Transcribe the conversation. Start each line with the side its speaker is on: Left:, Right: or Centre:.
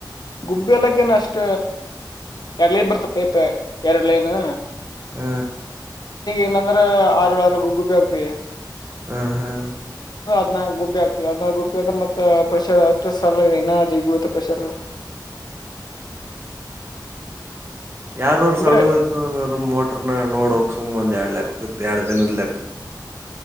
Left: ಗುಬ್ಬಿ ಎಲಕ್ಕೇನ್ ಅಷ್ಟ ಎರಡ್ ಲೈನ್ ಬರ್ತ ಪೇಪ ಎರಡ್ ಲೈನ್ <unintelligible>
Right: ಹ್ಮ್
Left: ಏನಂದ್ರೆ ಆರಳ ಆರ ಗಗ್ ಗುಬ್ಬಿ ಆಗ್ತವಿ
Right: ಹ್ಮ್ ಹ್ಮ್
Left: ಇ ಗುಬ್ಬ ಆಗ್ತದೆ ಅದ ಗುಬ್ಬ ಅಂದ್ರೆತ್ತ ಪ್ರೆಷರ್ ಅಷ್ಟು ಸಾಲ ಇನ್ನ ಜಿ ಬೀಳುತ್ತೆ ಪ್ರೆಷರ್ <unintelligible>
Right: ಯಾರವರು
Left: ಅಂದ್ರೆ
Right: ಸಣ್ಣ ಇದ್ದು ಅಂದರು ಮೋಟ್ರ ನ ನೋಡಕ್ ಸುಮ್ಮ್ ಒಂದ ಎರಡ್ ಲೆಕ್ಕಕ್ ಎರಡ್ ದಿನದ್ ಲೆಕ್ಕ